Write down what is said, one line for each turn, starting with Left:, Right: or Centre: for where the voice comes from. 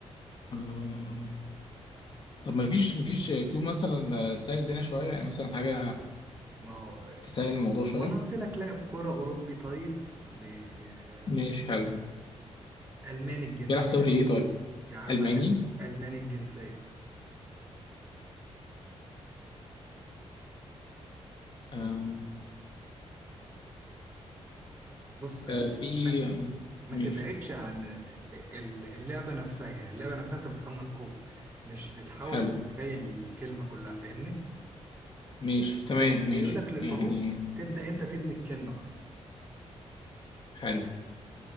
Left: آه طب ما فيش ما فيش كيو مثلا آه، تسهل الدنيا شويه يعني مثلا حاجه
Right: ما هو
Left: تسهل الموضوع
Right: هو
Left: شويه
Right: انا قلت لك لاعب كرة اوروبي طيب بالماني
Left: ماشي حلو
Right: الجنسية
Left: بيلعب في دوري ايه طيب
Right: يا عم
Left: الماني
Right: الماني الجنسية
Left: آه
Right: بص
Left: آه
Right: أنت
Left: في
Right: ما, ما
Left: ماشي
Right: تبعدش عن ال- اللعبة نفسها يعني اللعبة نفسها انت بتخمن حروف مش بتحاول
Left: حلو
Right: تتخيل الكلمة كلها فاهمني
Left: ماشي تمام
Right: بتخيلك
Left: ماشي
Right: للحروف
Left: يعني
Right: تبدأ انت تبني الكلمة بقى
Left: حلو